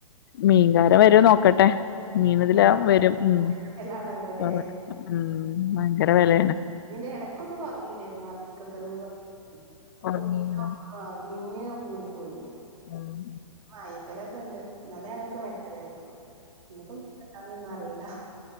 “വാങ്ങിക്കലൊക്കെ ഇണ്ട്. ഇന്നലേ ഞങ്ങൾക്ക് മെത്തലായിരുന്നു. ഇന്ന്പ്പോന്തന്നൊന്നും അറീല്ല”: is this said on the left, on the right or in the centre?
Right